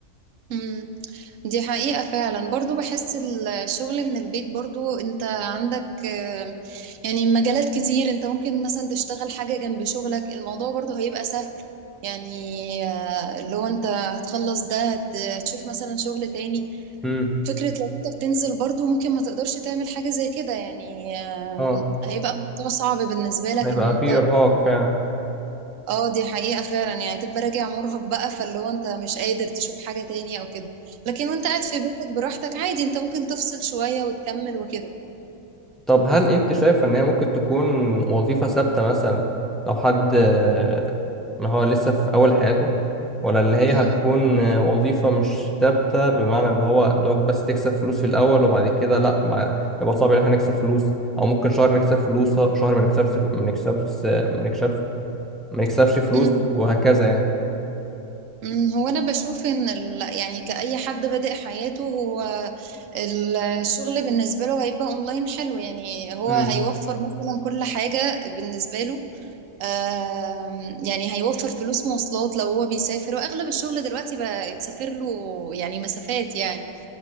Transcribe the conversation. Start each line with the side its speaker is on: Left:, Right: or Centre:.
Right: مم. دي حقيقة فعلا برضو بحس الشغل من البيت برضو انت عندك آه، يعني مجالات كتير انت ممكن مثلا تشتغل حاجة جنب شغلك الموضوع برضو هيبقى سهل يعني آه، اللي هو انت هتخلص ده هت- هتشوف مثلا شغل تاني
Centre: امم
Right: فكرة لو انت بتنزل برضو ممكن ما تقدرش تعمل حاجة زي كده يعني آه،
Centre: اه اه
Right: هيبقى الموضوع صعب بالنسبة لك
Centre: هيبقى
Right: ان
Centre: في
Right: انت
Centre: إرهاق فعلا
Right: اه دي حقيقة فعلا يعني تبقى راجع مرهق بقى فاللي هو انت مش قادر تشوف حاجة تاني او كده لكن وانت قاعد في بيتك براحتك عادي انت ممكن تفصل شوية وتكمل وكده
Centre: طب هل انت شايفة ان هي ممكن تكون وظيفة ثابتة مثلا لو حد آه، ما هو لسه في اول حياته ولا ان هي
Right: مم.
Centre: هتكون آه، وظيفة مش ثابتة بمعنى ان هو دوك بس تكسب فلوس في الاول وبعد كده لا ما- يبقى صعب ان احنا نكسب فلوس او ممكن شهر نكسب فلوس شهر ما نكسبش ما نكسبش ما نكسبش ما نكسبش فلوس
Right: مم.
Centre: وهكذا يعني
Right: مم. هو انا بشوف ان ال... يعني كأي حد بادئ حياته هو ال- الشغل بالنسبة له هيبقى اونلاين حلو يعني هو
Centre: امم
Right: هيوفر مثلا كل حاجة بالنسبة له آم، يعني هيوفر فلوس مواصلات لو هو بيسافر واغلب الشغل دلوقتي بقى يتسافر له يعني مسافات يعني